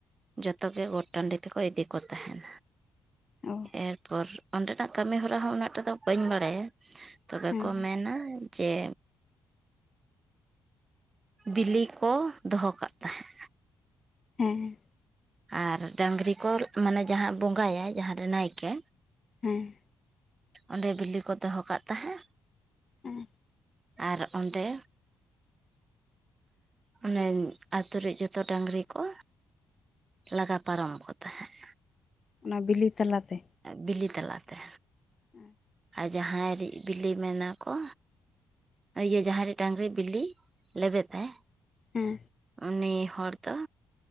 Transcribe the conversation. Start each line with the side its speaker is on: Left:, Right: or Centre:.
Right: ᱡᱚᱛᱚ ᱜᱮ ᱜᱚᱴ ᱴᱟᱺᱰᱤ ᱛᱮᱠᱚ ᱤᱫᱤ ᱠᱚ ᱛᱟᱦᱮᱱ᱾
Left: ᱚ
Right: ᱮᱨᱯᱚᱨ ᱚᱸᱰᱮᱱᱟᱜ ᱠᱟᱹᱢᱤ ᱦᱚᱨᱟ ᱦᱚᱸ ᱩᱱᱟᱹᱜ ᱴᱟᱜ ᱫᱚ ᱵᱟᱹᱧ ᱵᱟᱲᱟᱭᱟ᱾ ᱛᱚᱵᱮ
Left: ᱦᱮᱸ
Right: ᱠᱚ ᱢᱮᱱᱟ ᱡᱮ ᱵᱤᱞᱤ ᱠᱚ ᱫᱚᱦᱚ ᱠᱟᱜ ᱛᱟᱦᱮᱸᱱ᱾
Left: ᱦᱮᱸ
Right: ᱟᱨ ᱰᱟᱝᱨᱤ ᱠᱚ ᱢᱟᱱᱮ ᱡᱟᱦᱟᱸ ᱵᱚᱸᱜᱟᱭᱟᱭ ᱡᱟᱦᱟᱸ ᱨᱮ ᱱᱟᱭᱠᱮ
Left: ᱦᱮᱸ
Right: ᱚᱸᱰᱮ ᱵᱤᱞᱤ ᱠᱚ ᱫᱚᱦᱚ ᱠᱟᱜ ᱛᱟᱦᱮᱸᱫ
Left: ᱦᱮᱸ
Right: ᱟᱨ ᱚᱸᱰᱮ ᱚᱱᱮ ᱟᱛᱳ ᱨᱮᱡ ᱡᱚᱛᱚ ᱰᱟᱝᱜᱨᱤ ᱠᱚ ᱞᱟᱜᱟ ᱯᱟᱨᱚᱢ ᱠᱚ ᱛᱟᱦᱮᱸᱫ
Left: ᱚᱱᱟ ᱵᱤᱞᱤ ᱛᱟᱞᱟᱛᱮ᱾
Right: ᱵᱤᱞᱤ ᱛᱞᱟᱛᱮ
Left: ᱦᱮᱸ
Right: <inaudible> ᱡᱟᱦᱟᱸᱭ ᱵᱤᱞᱤ ᱢᱮᱱᱟ ᱠᱚ ᱤᱭᱟᱹ ᱡᱟᱦᱟᱸ ᱨᱮ ᱰᱟᱝᱜᱨᱤ ᱵᱤᱞᱤ ᱞᱮᱵᱮᱫᱟᱭ
Left: ᱦᱮᱸ
Right: ᱩᱱᱤ ᱦᱚᱲ ᱫᱚ